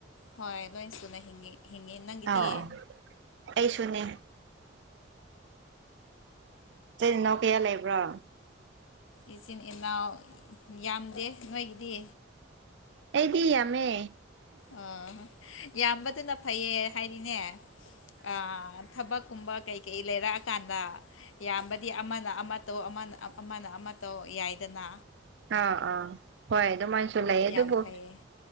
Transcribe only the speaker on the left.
ꯍꯣꯏ ꯂꯣꯏꯅ ꯁꯨꯅ ꯍꯤꯡꯉꯤ ꯍꯤꯡꯉꯤ ꯅꯪꯒꯤꯗꯤ
ꯏꯆꯤꯟ ꯏꯅꯥꯎ ꯌꯥꯝꯗꯦ ꯅꯣꯏꯒꯤꯗꯤ
ꯑ ꯌꯥꯝꯕꯗꯨꯅ ꯐꯩꯌꯦ ꯍꯥꯏꯗꯤꯅꯦ ꯑꯥ ꯊꯕꯛꯀꯨꯝꯕ ꯀꯩꯀꯩ ꯂꯩꯔꯛꯑꯀꯥꯟꯗ ꯏꯌꯥꯝꯕꯗꯤ ꯑꯃꯅ ꯑꯃ ꯑꯧ ꯑꯃꯅ ꯑꯃꯅ ꯑꯃꯠꯇꯧ ꯌꯥꯏꯗꯅ
ꯌꯥꯝ ꯐꯩꯌꯦ